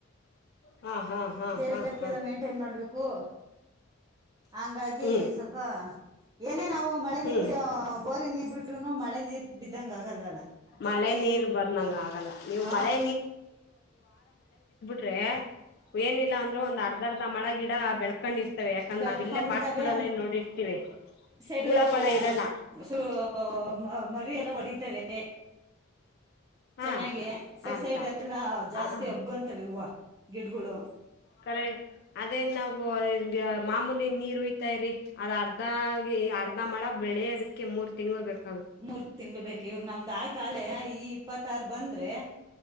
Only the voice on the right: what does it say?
ಬೇರೆವ್ಧಕ್
ಎಲ್ಲಾ ಮೆಂಟೇನ್ ಮಾಡಬೇಕು ಓಹ್ ಹಂಗಾಗಿ
ಸ್ವಲ್ಪಾ <inaudible> ಏನೇ ನಾವು ಮಳೆ
ನೀರು ಬೋರಿನ ನೀರ್ ಬಿಟ್ರೂ ಮಳೆ ನೀರ್ ಬಿದಂಗ ಆಗಲ್ಲ ಅಲ್ವಾ
ಹ್
ಬೆಳ್ಕೊಂಡ್ಬಿಡ್ತವೆ
ಓಹ್
ಓಹ್
ಸೊ ಮ್ ಮರಿಯೆಲ್ಲ ಒಡಿತಾವೇ. ಏ.
ಚೆನಾಗಿ ಸೈಡ್
ಸೈಡ್ ಎಲ್ಲಾ ಜಾಸ್ತಿ
ಹಬ್ಕೊಂತವೇ ಹೂವಾ ಗಿಡ್ಡಗುಳು
ಮುರೂ ತಿಂಗಳ ಬೇಕ್ ಇವಾಗ್ ಆಯ್ತ್ ಆಲೆ ಈ ಇಪ್ಪತಾರ್ ಬಂದ್ರೆ